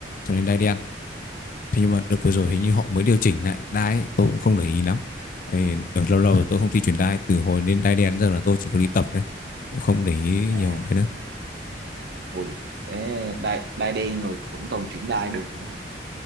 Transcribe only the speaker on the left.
sau đến đai đen thế nhưng mà đợt vừa rồi
hình như họ mới điều chỉnh lại đai ấy, tôi cũng không để ý lắm Thì ở lâu lâu rồi tôi không thi chuyển đai từ hồi lên đai đen giờ là tôi chỉ có đi tập thôi cũng không để ý
nhiều ấy nữa